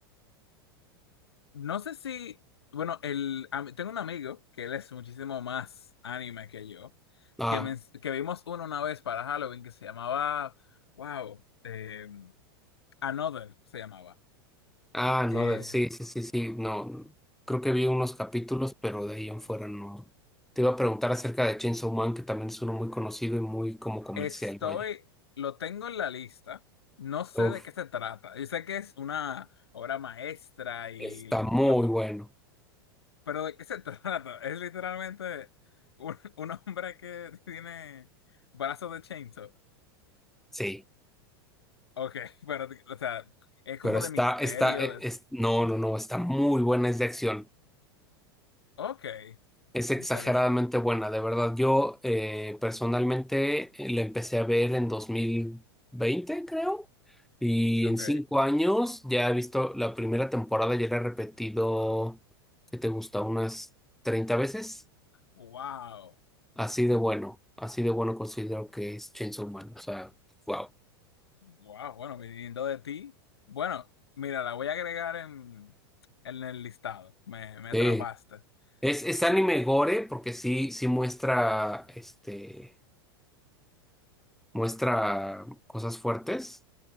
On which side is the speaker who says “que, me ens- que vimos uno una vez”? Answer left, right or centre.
Left